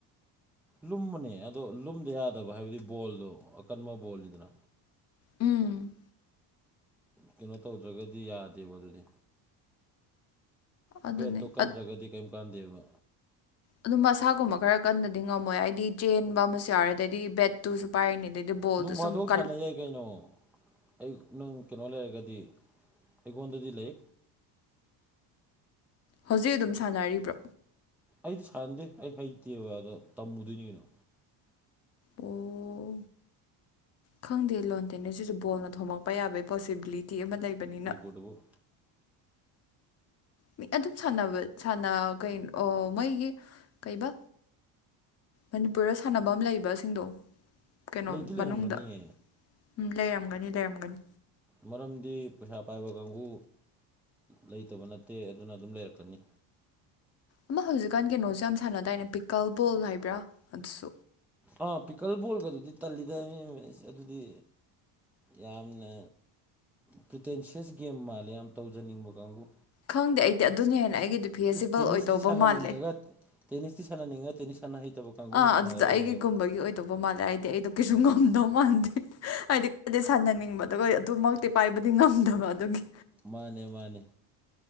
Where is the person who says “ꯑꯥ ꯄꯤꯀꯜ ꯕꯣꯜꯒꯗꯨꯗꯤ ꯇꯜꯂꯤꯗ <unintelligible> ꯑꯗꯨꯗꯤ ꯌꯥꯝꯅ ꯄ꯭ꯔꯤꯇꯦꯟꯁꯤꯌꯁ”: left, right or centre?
Centre